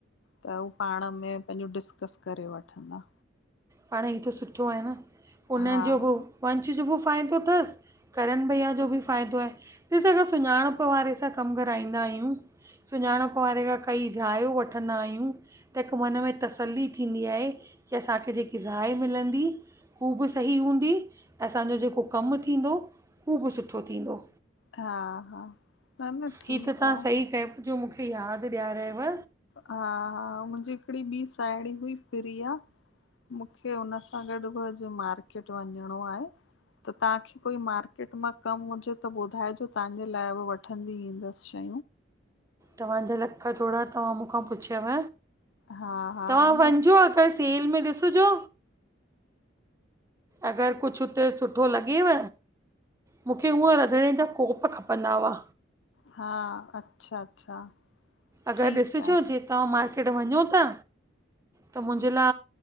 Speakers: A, on the left (about 70°); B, on the right (about 15°).
A: त हु पाण में पंहिंजो डिस्कस करे वठंदा।
B: पाण हीअ त सुठो आहे न। हुन
A: हा
B: जो बि वंश जो बि फ़ाइदो थसि करनि भैया जो बि फ़ाइदो आहे। ॾिस अगरि सुञाणपु वारे सां कमु कराईंदा आहियूं सुञाणपु वारे खां कई रायो वठंदा आहियूं त हिकु मन में तसली थींदी आहे। की असांखे जेकी राय मिलंदी हू बि सही हूंदी, असांजो जेको कमु थींदो हू बि सुठो थींदो।
A: हा हा न न ठीकु
B: हीअ त तां
A: आहे
B: सही कय जो मूंखे यादि ॾियारियव
A: हा हा मुंहिंजी हिकड़ी ॿी साहेड़ी हुई प्रिया मूंखे हुन सां गॾु बि अॼु मार्केट वञिणो आहे। त तांखे कोई मार्केट मां कमु हुजे त ॿुधाइजो तांजे लाइ बि वठंदी ईंदसि शइ
B: तव्हांजा लख थोड़ा तव्हां मूं मूं खां पुछियव।
A: हा हा
B: तव्हां वञिजो
A: न
B: अगरि सेल में ॾिसिजो अगरि कुझु हुते सुठो लॻेव मूंखे हुअं रंधिणे जा कोप खपंदा हुआ।
A: हा अच्छा अच्छा
B: अगरि
A: ठीकु
B: ॾिसिजो
A: आहे
B: जे तव्हां मार्केट वञो ता त मुंहिंजे ला